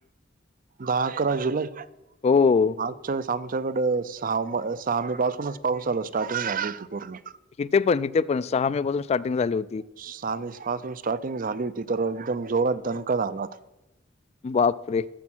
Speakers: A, on the right; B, on the left.
A: दहा अकरा जुलै मागच्या
B: हो.
A: वेळेस आमच्याकड सहा मे सहा मे पासूनच पाऊस आला स्टार्टिंग झाली होती पूर्ण
B: इथे पण इथे पण सहा मे पासून स्टार्टिंग झाली होती
A: सा मे पासून स्टार्टिंग झाली होती तर एकदम जोरात दणका झाला होता.
B: बापरे!